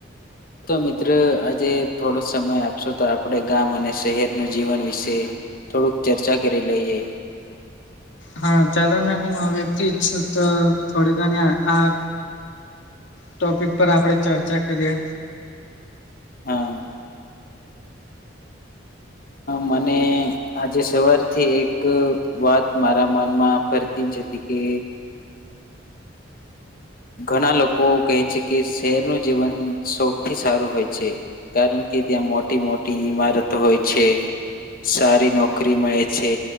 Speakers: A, on the left; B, on the left.
A: તો મિત્ર આજે થોડો સમય આપશો તો આપણે ગામ અને શહેરનું જીવન વિશે થોડુંક ચર્ચા કરી લઈએ
B: હા ચાલો ને હું આ વ્યક્તિ ઈચ્છું તો થોડી ઘણી આ ટોપિક પર આપડે ચર્ચા કરીએ
A: હા મને આજે સવારથી એક વાત મારા મનમાં ફરતી જ હતી કે ઘણા લોકો કહે છે કે શહેરનું જીવન સૌથી સારું હોય છે કારણ કે કે ત્યાં મોટી મોટી ઈમારત હોય છે સારી નોકરી મળે છે